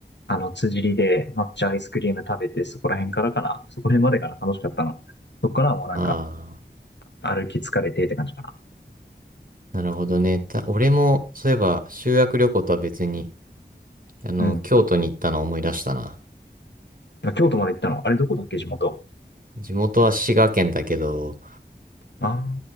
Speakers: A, on the left; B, on the right.
A: あの、辻利で抹茶アイスクリーム食べて、そこら辺からかな、そこら辺までかな、楽しかったの。そこからはもうなんか、
B: あ
A: 歩き疲れてって感じかな。
B: あ、なるほどね。た、俺も、そういえば、修学旅行とは別に、あの、
A: うん。
B: 京都に行ったのを思い出したな。
A: まあ京都まで行ったの。あれどこだっけ、地元。
B: 地元は滋賀県だけど、
A: ああ、